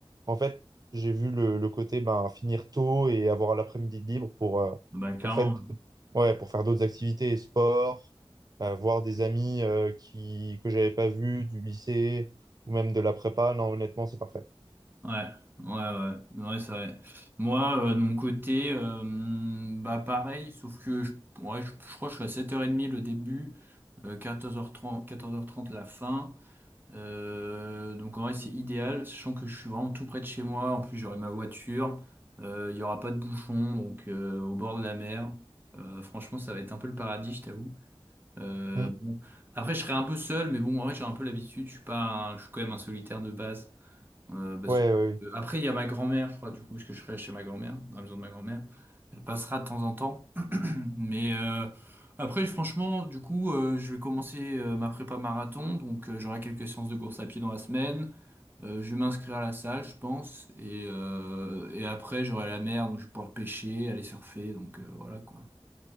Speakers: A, on the right; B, on the right.
A: En fait, j'ai vu le, le côté ben, finir tôt et avoir l'après-midi de libre pour, euh,
B: Bah, clairement.
A: pour, faire, ouais, pour faire d'autres activités, sport, euh, voir des amis euh, qui, que j'avais pas vus du lycée ou même de la prépa. Non, honnêtement, c'est parfait.
B: Ouais, ouais, ouais, ouais, c'est vrai. Moi, euh, de mon côté, euh, bah pareil, sauf que je, ouais, je, je crois que je suis à 7h30 le début, euh, 14h30, 14h30 la fin. Euh, donc en vrai, c'est idéal, sachant que je suis vraiment tout près de chez moi. En plus, j'aurai ma voiture, euh, il y aura pas de bouchon, donc euh, au bord de la mer. Euh, franchement, ça va être un peu le paradis, je t'avoue. Euh,
A: Hmm.
B: bon. Après, je serai un peu seul, mais bon, en vrai, j'ai un peu l'habitude. Je suis pas, un- je suis quand même un solitaire de base. Euh, parce
A: Ouais,
B: que-
A: ouais, ouais.
B: euh, Après, il y a ma grand-mère, je crois, du coup, parce que je serai chez ma grand-mère, dans la maison de ma grand-mère. Elle passera de temps en temps. <clears throat> Mais euh, après, franchement, du coup, euh, je vais commencer euh, ma prépa marathon. Donc, euh, j'aurai quelques séances de course à pied dans la semaine. Euh, je vais m'inscrire à la salle, je pense. Et, euh, et après, j'aurai la mer, donc je vais pouvoir pêcher, aller surfer. Donc, euh, voilà, quoi.